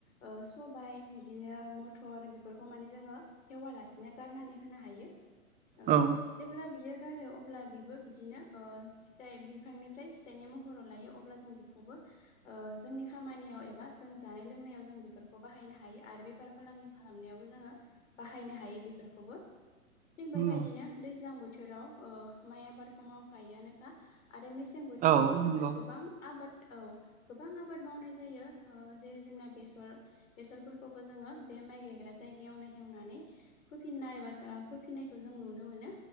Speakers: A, on the left; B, on the right.
A: ओ सबाइ बिदिनो मथर बिफोरखौ माने जोंङो एववालासिनो गारनानै होनो हायो। ओ
B: औ
A: जेब्ला बियो गारो अब्ला बिबो बिदिनो ओ फिथाइ बिफांनिफ्राय फिथाइनि महराव लायो अब्ला जों बिखौबो ओ जोंनि खामानियाव एबा जों जानाय लोंनायाव जों बेफोरखौ बाहायनो हायो। आरो बेफार फालांगि खालामनायावबो जोंङो बाहायनो हायो बिफोरखौबो थिग बेबायदिनो
B: नंगौ
A: दैज्लां बोथोराव ओ माइ आबादखौ मावखायोआनोखा। आरो मेसें बोथोरावबो
B: औ
A: जोंना
B: नंगौ औ
A: गोबां आबाद औ गोबां आबाद मावनाय जायो ओ जेरै जोंना बेसर बेसर फोरखौबो जोंङो बे माइ गायग्रा जायगायावनो हेवनानै फोफिननाय एबा गा फोफिननायखौ जों नुनो मोनो